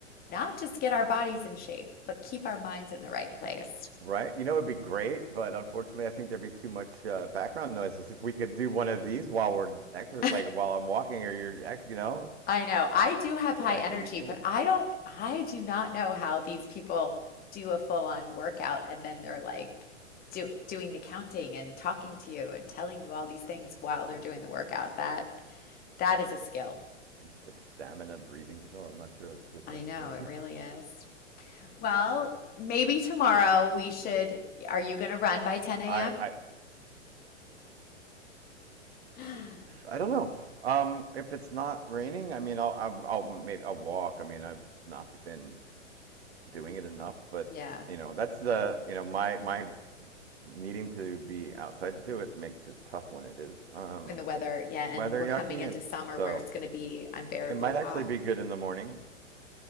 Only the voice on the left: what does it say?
not just get our bodies in shape, but keep our minds in the right place.
<laughs>
I know. I do have
high
energy,
but I don't, I do not know how these people do a full-on workout and then they're like do, doing the counting and talking to you and telling you all these things while they're doing the workout. That that is a skill.
I
know, it really is. Well, maybe tomorrow we should. Are you going to run by 10
a.m.?
<gasps>
Yeah,
when the weather, yeah,
and we're
coming into
summer
where it's going to be unbearably
hot.